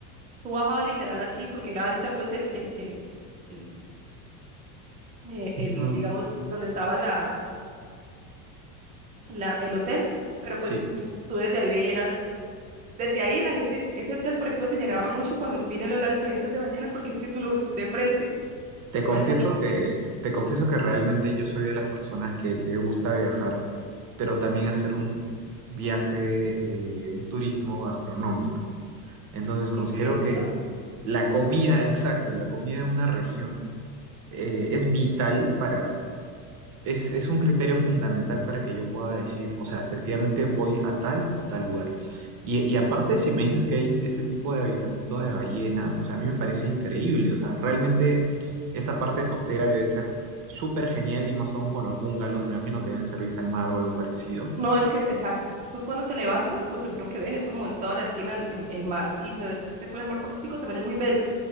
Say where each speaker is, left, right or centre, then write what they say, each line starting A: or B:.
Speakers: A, on the right; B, on the right.
A: tú bajabas literal así, porque era alta, pues el, el, el, el, eh, el,
B: Mm,
A: digamos, donde estaba la, la, el hotel, pero
B: sí.
A: pues tú, tú desde ahí veías, desde ahí la gente, ese hotel, por ejemplo, se llenaba mucho cuando viene lo del avistamiento de ballenas, porque es que tú lo ves de frente,
B: Te
A: lo
B: confieso
A: ves ahí
B: que, te confieso que realmente yo soy de las personas que le gusta viajar, pero también hacer un viaje, eh, un turismo gastronómico. Entonces considero
A: Sí, eso es lo importante.
B: que la comida, <laughs> exacto, la comida de una región eh, es vital para, es, es un criterio fundamental para que yo pueda decir, o sea, efectivamente voy a tal o tal lugar. Y, y aparte, si me dices que hay este tipo de avistamiento de ballenas, o sea, a mí me parece increíble. O sea, realmente esta parte costera debe ser súper genial y más aún con los bungalows, me imagino que deben ser vista al mar o algo parecido.
A: No,
B: <laughs>
A: es que, exacto. Tú cuando te levantas, lo primero que ves es como en toda la esquina el, el- el mar. Y se ve espectacular. El mar Pacífico también es muy bello.